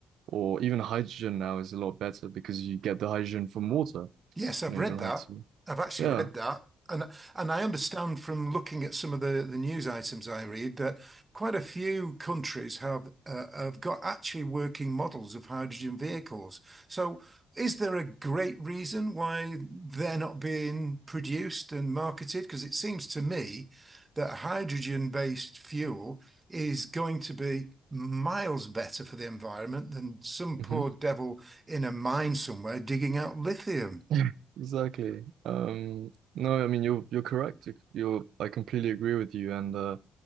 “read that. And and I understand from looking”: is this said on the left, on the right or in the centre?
Right